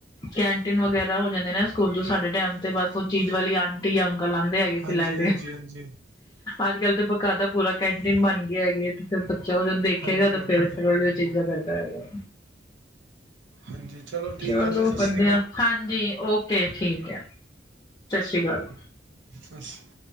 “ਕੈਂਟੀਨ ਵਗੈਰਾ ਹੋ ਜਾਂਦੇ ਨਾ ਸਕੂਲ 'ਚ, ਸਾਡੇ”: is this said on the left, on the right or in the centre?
Left